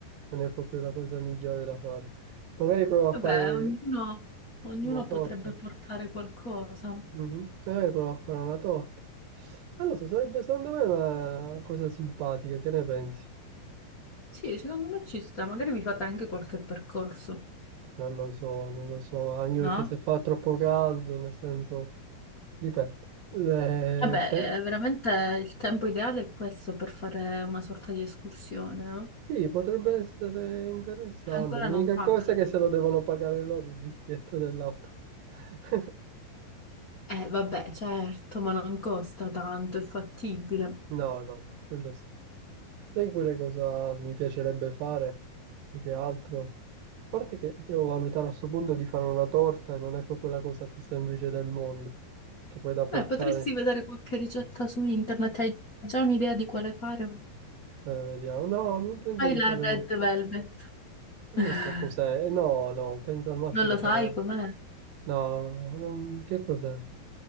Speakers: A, on the right; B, on the left.
A: non è proprio la cosa migliore da fare. Magari provo a
B: Vabbè,
A: fare
B: ognuno, ognuno
A: una torta.
B: potrebbe portare qualcosa.
A: Mhm. Eh, prova a fare una torta. Non lo so, sarebbe secondo me una cosa simpatica, che ne pensi?
B: Sì, secondo me ci sta, magari vi fate anche qualche percorso,
A: Non lo so, non lo so, anche
B: no?
A: perché se fa troppo caldo, nel senso, dipende. Eh,
B: Vabbè,
A: pe-
B: eh, veramente il tempo ideale è questo per fare una sorta di escursione, no?
A: sì, potrebbe essere interessante.
B: Cioè, Ancora
A: L'unica
B: non pacca.
A: cosa è che se lo devono pagare loro il biglietto dell'auto. <laughs>
B: Eh, vabbè, certo, ma non costa tanto, è fattibile.
A: No, no, no, quello sì. Sai pure cosa mi piacerebbe fare? Più che altro. A parte che devo valutare a sto punto di fare una torta e non è proprio la cosa più semplice del mondo. Che poi da portare,
B: Eh, potresti vedere qualche ricetta su internet, hai già un'idea di quale fare?
A: me la vediamo. No, ma penso
B: Fai
A: di
B: la
A: fare...
B: Red Velvet.
A: Che
B: <laughs>
A: ne so cos'è? Eh, No, no, penso al massimo
B: Non lo
A: di
B: sai
A: fare...
B: com'è?
A: No, non- che cos'è?